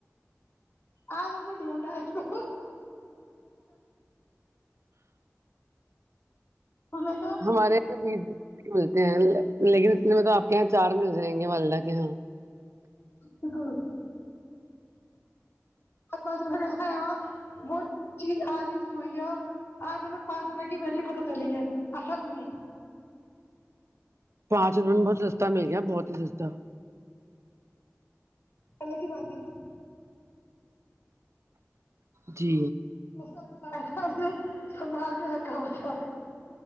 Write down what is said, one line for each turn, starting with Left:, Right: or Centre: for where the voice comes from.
Left: اج ہم نے ڈھونڈا ہے اس کو ہم نے
Right: ہمارے یہاں بیس ملتے ہیں لیکن اتنے مطلب آپ کے یہاں چار مل جائیں گے والدہ کے یہاں
Left: سکون آ پ روپیا ہوا وہ چیز آج یوز ہوئی ہے آج ہمیں پانچ روپے کی ویلیو پتتا چلی ہے اصل میں
Right: پانچ روپے میں بہت سستا مل گیا بہت ہی سستا
Left: الگ ہی بات ہے نہ
Right: جی
Left: دوسر ک ل تھا اس نے سنبال کے رکھا ہو تھا